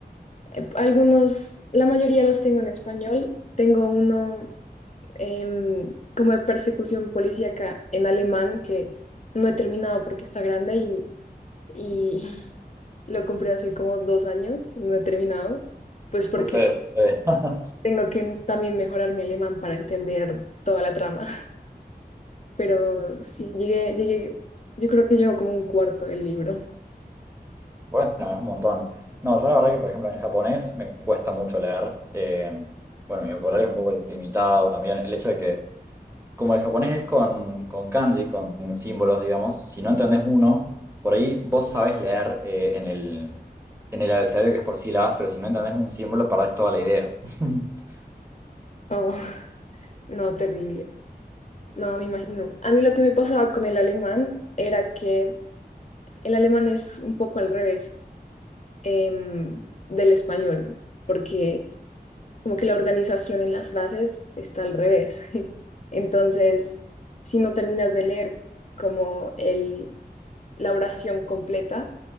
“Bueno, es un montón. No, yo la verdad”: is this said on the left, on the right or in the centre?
Right